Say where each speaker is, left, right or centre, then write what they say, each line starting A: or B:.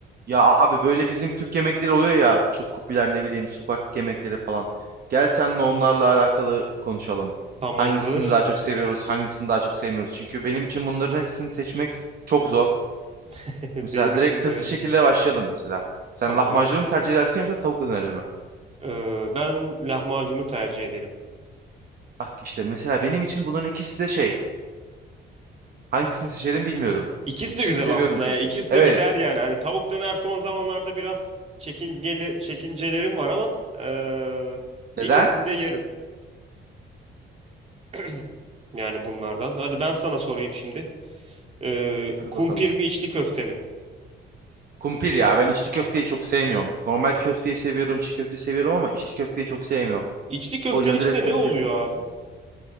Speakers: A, on the right; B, on the right.
A: Ya abi böyle bizim Türk yemekleri oluyor ya çok popüler ne bileyim sokak yemekleri falan. Gel seninle onlarla alakalı konuşalım.
B: Tamamdır.
A: Hangisini daha çok seviyoruz, hangisini daha çok sevmiyoruz. Çünkü benim için bunların hepsini seçmek çok zor.
B: <laughs> Benim
A: Mesela
B: için
A: direkt hızlı
B: de öyle.
A: şekilde başlayalım mesela. Sen
B: Tamam.
A: lahmacunu mu tercih edersin yoksa tavuk döneri mi?
B: Ee, ben lahmacunu tercih ederim.
A: Bak işte mesela benim için bunların ikisi de şey. Hangisini seçerim bilmiyorum.
B: İkisi
A: İkisini
B: de güzel
A: seviyorum
B: aslında
A: çünkü.
B: ya. İkisi
A: Evet.
B: de gider yani. Hani tavuk döner son zamanlarda biraz çekingeli, çekincelerim var ama ee, ikisini
A: Neden?
B: de yerim. <clears throat> Yani bunlardan. Hadi ben sana sorayım şimdi. Ee,
A: Hadi
B: kumpir
A: bakalım.
B: mi içli köfte mi?
A: Kumpir ya ben içli köfteyi çok sevmiyorum. Normal köfteyi seviyorum, çiğ köfteyi seviyorum ama içli köfteyi çok sevmiyorum.
B: İçli köftenin
A: O yüzden
B: içinde
A: direkt kumpir.
B: ne oluyor abi?